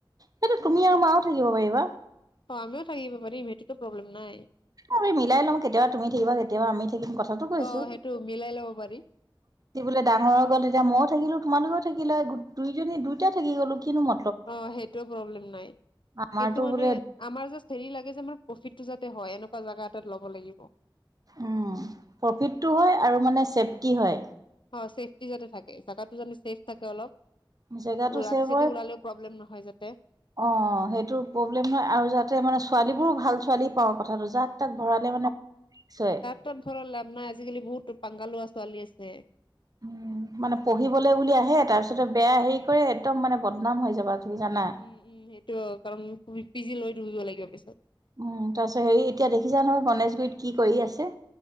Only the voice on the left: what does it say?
অ', আমিও থাকিব পাৰিম, সেতোতো প্ৰব্লেম নাই।
অ সেইটো মিলাই ল'ব পাৰি
অ', সেইটো প্ৰব্লেম নাই,
কিন্তু মানে
আমাৰ যাষ্ট হেৰি লাগে যে, মানে প্ৰফিটটো যাতে হয় এনকা জাগা এটাত ল'ব লাগিব।
অ', চেফ টি যাতে থাকে, জাগাতো যানো চেফ থাকে অলপ।
ৰাতি-চাতি
ওলালেও প্ৰব্লেম নহয় যাতে।
ভৰাই লাভ নাই, আজিকালি বহুত পাঙ্গা লোৱা ছোৱালী আছে।
উম, উম, সেইটো আৰু কাৰণ পি জি লৈ থাকিব লাগিব পিছত।